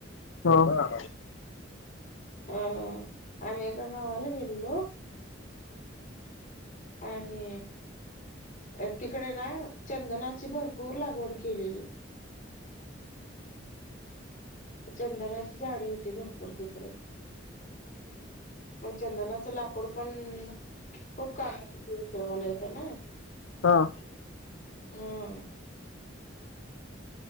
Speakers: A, on the left; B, on the left.
A: हं, हा...
B: अं आम्ही एका गावाला गेलेलो. आणि आण् तिकडे ना चंदनाची भरपूर लागवड केलेली. चंदनाची झाडे होती भरपूर तिकडे, मग चंदनाचं लाक लाकूड पण खूप कामाला उपयोगाला येत ना
A: ह
B: होय,